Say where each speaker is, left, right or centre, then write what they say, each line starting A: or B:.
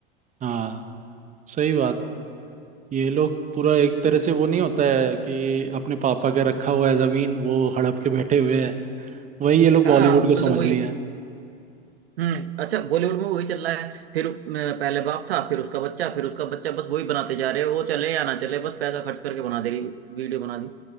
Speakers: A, on the right; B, on the right.
A: हाँ सही बात ये लोग पूरा एक तरह
B: ये
A: से वो नहीं होता है कि अपने पापा का रखा हुआ है जमीन वो हड़प के बैठे हुए हैं वही ये लोग बॉलीवुड
B: हाँ मतलब
A: को समझ
B: वही
A: लिया
B: हम्म अच्छा बॉलीवुड में वही चल रहा है फिर अ, पहले बाप था फिर उसका बच्चा फिर उसका बच्चा बस वही बनाते जा रहे हैं वो चले या ना चले बस पैसा खर्च करके बना दे रही वीडियो बना दी